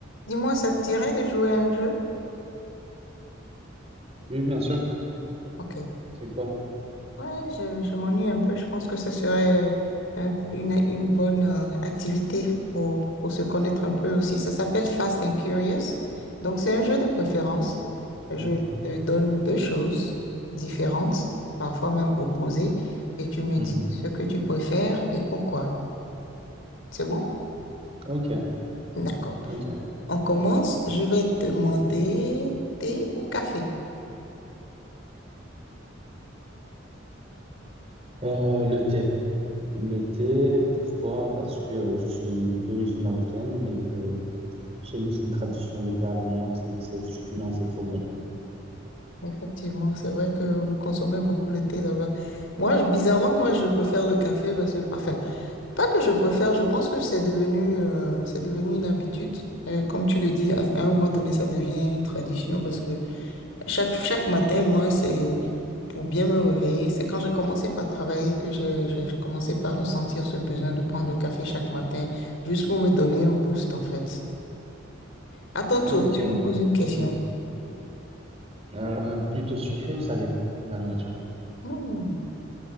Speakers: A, on the left; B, on the right.
A: Dis-moi, ça te dirait de jouer à un jeu?
B: Oui, bien sûr.
A: Ok.
B: C'est quoi?
A: Ouais, je, je m'ennuie un peu. Je pense que ce serait un- une, une bonne euh, activité pour, pour se connaître un peu aussi. Ça s'appelle Fast and Curious. Donc, c'est un jeu de préférence. Je
B: Ok.
A: te donne deux choses différentes, parfois même opposées, et tu me
B: Mhm.
A: dis ce que tu préfères et pourquoi. C'est bon?
B: Ok.
A: D'accord.
B: Ok.
A: On commence. Je vais te demander thé ou café.
B: Euh, le thé. Le thé, pourquoi? Parce que je suis d'origine marocaine et que chez nous, c'est une tradition. Le thé à la menthe, c'est c'est succulent, c'est trop bon.
A: Effectivement, c'est vrai que vous consommez beaucoup le thé là-bas. Moi, je- bizarrement, moi, je préfère le café parce que, enfin, pas que je préfère, je pense que c'est devenu, euh, c'est devenu une habitude. Euh, comme tu le dis, à, à un moment donné, ça devient une tradition parce que chaque, chaque matin, moi, c'est pour bien me réveiller. C'est quand j'ai commencé par travailler que j'ai, j'ai commencé par ressentir ce besoin de prendre le café chaque matin, juste pour me donner un boost, en fait. À ton tour,
B: Ok.
A: tu me poses une question.
B: Ok. Euh, plutôt sucré ou salé, la nourriture?
A: Hmm.